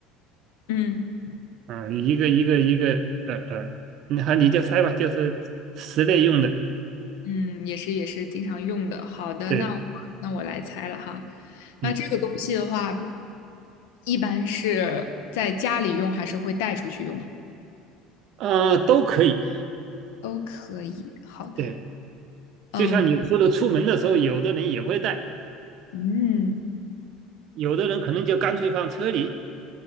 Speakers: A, on the left (about 80°); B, on the right (about 55°).
A: 嗯，
B: 啊、一个一个一个，呃呃，你好，你就猜吧，就是室内用的，
A: 嗯，也是也是经常用的。好的，
B: 对，
A: 那我那我来猜了哈。那这个东西的话，
B: 嗯，
A: 一般是在家里用还是会带出去用？
B: 啊，都可以，
A: 都可以。好的，
B: 对，
A: 嗯
B: 就像你说的，出门的时候，有的人也会带。
A: 嗯，
B: 有的人可能就干脆放车里，